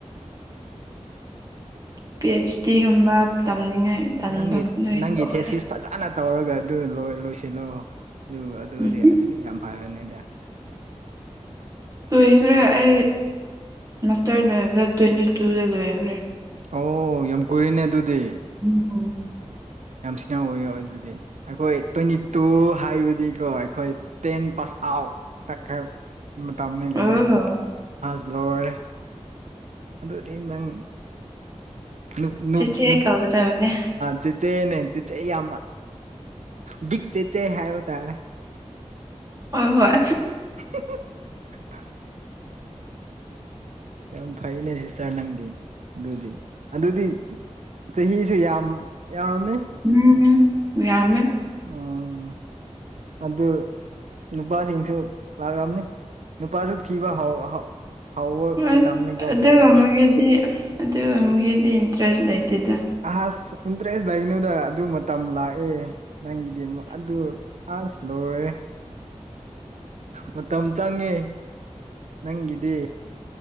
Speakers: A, on the right; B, on the right.
A: ꯄꯤ ꯑꯩꯆ ꯗꯤꯒꯨꯝꯕ ꯇꯝꯅꯤꯡꯉꯥꯏ ꯇꯟꯕ
B: ꯅꯪꯤ
A: ꯑꯗꯨꯏ
B: ꯅꯪ
A: ꯇꯣꯛꯈ꯭ꯔꯦ
B: ꯏ ꯊꯦ ꯁꯤꯁ ꯐꯖꯅ ꯇꯧꯔꯒ ꯑꯗꯨ ꯂꯣꯏꯁꯤꯜꯂꯛꯑꯣ ꯑꯗꯨ ꯑꯗꯨꯗꯤ
A: ꯎꯝ
B: ꯑꯁ ꯌꯥꯝ ꯐꯔꯅꯤꯗ
A: ꯂꯨꯈ꯭ꯔꯦ ꯑꯩ ꯃꯁꯇꯔ ꯂꯣꯏꯕꯗ ꯇ꯭ꯋꯦꯟꯇꯤ ꯇꯨꯗ ꯂꯣꯏꯈꯨꯔꯦ
B: ꯑꯣ ꯌꯥꯝ ꯀꯨꯏꯔꯤꯅꯦ ꯑꯗꯨꯗꯤ
A: ꯎꯝ ꯍꯣ
B: ꯌꯥꯝꯁꯤꯅ ꯑꯣꯏꯋ ꯑꯗꯨꯗꯤ <unintelligible> ꯑꯩꯈꯣꯏ ꯇ꯭ꯋꯦꯟꯇꯤ ꯇꯨ ꯍꯥꯏꯕꯗꯤꯀꯣ ꯑꯩꯈꯣꯏ ꯇꯦꯟ ꯄꯥꯁ ꯑꯥꯎꯠ ꯇꯀ <unintelligible> ꯃꯥꯇꯝꯅꯤ ꯀꯩꯅꯣ
A: ꯑꯣ
B: ꯑꯥꯁ ꯂꯧꯔꯦ ꯑꯗꯨꯗꯤ ꯅꯪ ꯅꯨ ꯅꯨ
A: ꯆꯦꯆꯦ
B: ꯅꯨ
A: ꯀꯧꯒꯗꯕꯅꯦ
B: ꯆꯦꯆꯦꯅꯦ ꯆꯦꯆꯦ ꯌꯥꯝ ꯕꯤꯛ ꯆꯦꯠꯆꯦ ꯍꯥꯏꯕ ꯇꯥꯔꯦ
A: ꯍꯣꯏ ꯍꯣꯏ
B: <inaudible> ꯌꯥꯝ ꯐꯩꯅꯦ ꯁꯤꯁꯇꯔ ꯅꯪꯗꯤ ꯑꯗꯨꯗꯤ ꯑꯗꯨꯗꯤ ꯆꯍꯤꯁꯨ ꯌꯥꯝ ꯌꯥꯝꯅꯤ
A: ꯎꯝ ꯎꯝ ꯌꯥꯃꯦ
B: ꯎꯝ ꯑꯗꯨ ꯅꯨꯄꯥꯁꯤꯡꯁꯨ ꯂꯥꯛꯂꯝꯅꯤ ꯅꯨꯄꯥꯁꯨ ꯊꯤꯕ ꯍꯧ ꯍꯧ ꯍꯧꯕ
A: ꯑꯁ
B: ꯃꯇꯝꯅꯤꯀꯣ
A: ꯑꯗꯨꯒꯕꯒꯤꯗꯤ
B: ꯀꯩꯅꯣ
A: ꯑꯗꯨꯒꯒꯤꯗꯤ ꯏꯟꯇꯔꯦꯁ ꯂꯩꯇꯦꯗ꯫
B: ꯑꯍꯁ ꯏꯟꯇꯔꯦꯁ ꯂꯩꯩꯅꯣꯗ ꯑꯗꯨ ꯃꯇꯝ ꯂꯥꯛꯑꯦ꯫ ꯅꯪꯒꯤꯗꯃꯨꯛ ꯑꯗꯨ ꯑꯁꯥ ꯂꯣꯏꯔꯦ ꯃꯇꯝ ꯆꯪꯉꯦ꯫ ꯅꯪꯒꯤꯗꯤ